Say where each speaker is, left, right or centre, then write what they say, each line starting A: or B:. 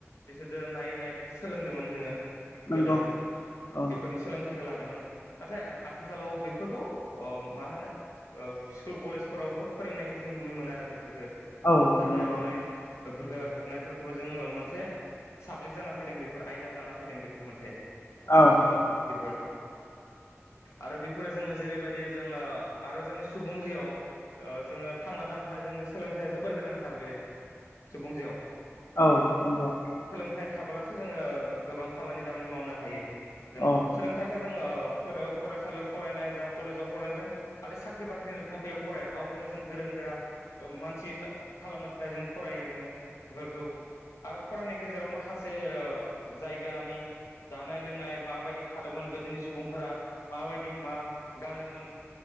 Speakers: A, on the left; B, on the left.
A: बिसोरजों नायै नायै बिदि सोलोंदोंमोन जोङो
B: नंगौ
A: गोदो।
B: औ
A: बेफोरनि सोलोंथाइखौ लादोंमोन नाथाय आथिखालाव बेफोरखौ मा होनो स्कुल कलेजफोरावबो फोरोंनाय जों नुनो मोनो आरो बेफोरखौ
B: औ
A: दानाय-लुनाय
B: नंगौ नंगौ
A: फोरफोरखौ हेबनायफोरखौबो जोङो मोनसे साबजेक्ट जाना फैदों बेफोर आयदा जाना फैदों बेफोर मोनसे।
B: औ
A: आथिखालाव बेफोर आरो बेफोरो जोङो जेरैबायदि जोङो आरो जोंनि सुबुं जिआव जोङो थांना थानो थाखाय जोंनो सोलोंथाइया जोबोर गोनांथार बे सुबुंजिउयाव।
B: औ नंगौ।
A: सोलोंथाय थाब्लासो जोङो गोबां खामानि दामानि मावनो हायो जों।
B: औ
A: सोलोंथाइखौ जोङो फोर फरायसालियाव फरायनाय जा कलेजाव फरायनायजों खालि साख्रि बाख्रिनि थाखायल' फराया गावखौनो जों गोरों गोरा मानसि खालामनो थाखाय जों फरायो जोङो बेफोरखौ आरो फरायनाय गेजेराव माखासे जायगानि जानाय- लोंनाय माबायदि थादोंमोन गोदोनि सुबुंफोरा माबायदि मा गानोमोन